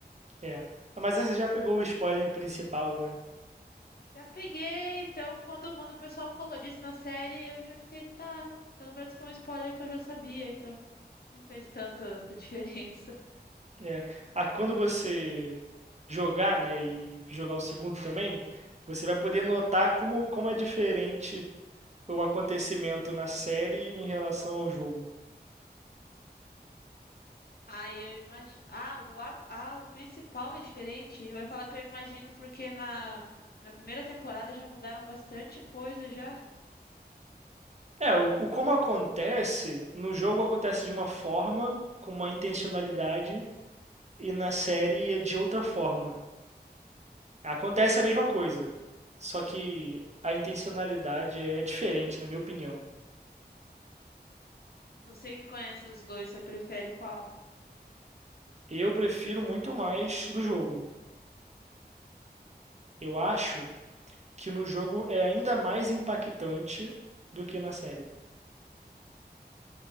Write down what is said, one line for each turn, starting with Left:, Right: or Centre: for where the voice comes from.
Right: É. Ah, Mas aí você já pegou o spoiler principal, né?
Left: Já peguei, então quando, quando o pessoal falou disso na série, eu já fiquei, tá, pelo menos foi um spoiler que eu já sabia, então não fez tanta <laughs> diferença.
Right: É. Ah, quando você jogar, né, e jogar o segundo também, você vai poder notar como, como é diferente o acontecimento na série em relação ao jogo.
Left: Ah, eu imagino. Ah, o arco- ah, o principal é diferente. Eu ia falar que eu imagino porque na na primeira temporada já mudaram bastante coisa já.
Right: É, o, o como acontece, no jogo acontece de uma forma, com uma intencionalidade, e na série é de outra forma. Acontece a mesma coisa, só que a intencionalidade é diferente, na minha opinião.
Left: Você que conhece os dois, você prefere qual?
Right: Eu prefiro muito mais do jogo. Eu acho que no jogo é ainda mais impactante do que na série.